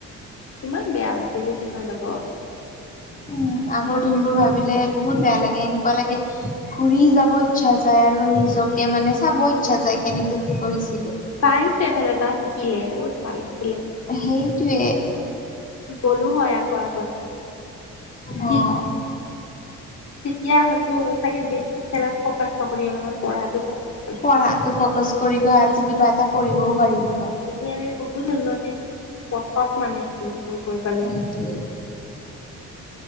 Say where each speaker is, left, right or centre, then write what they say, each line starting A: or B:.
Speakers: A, on the left (about 60°); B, on the left (about 30°).
A: ইমান বেয়া লাগে থিউচন যাব।
B: উম, আগৰ দিনবোৰ ভাবিলে বহুত বেয়া লাগে এনেকুৱা লাগে ঘুৰি যাব ইচ্ছা যায় আৰু নিজক এতিয়া মানে চাব ইচ্ছা যায় কেনেকে কি কৰিছে
A: তিইম ট্ৰেভেল এটা থাকিলে বহুত ভাল আছিল।
B: সেইটোৱে
A: ক'লো হয় আকৌ আগত
B: অ'।
A: কি তেতিয়া হয়তো চাগে বেচি খেলাট ফ্ৰকাছ নকৰি অলপমান পঢ়টো ফ্ৰকাছ
B: পঢ়াটো ফ্ৰকাস কৰিলোও আজি কি কৰিবও পাৰিলি
A: তেতিয়া আমি বহুত উন্নতিত পথত মানে। উম উম গৈ পালোঁ।
B: সেইটোৱে।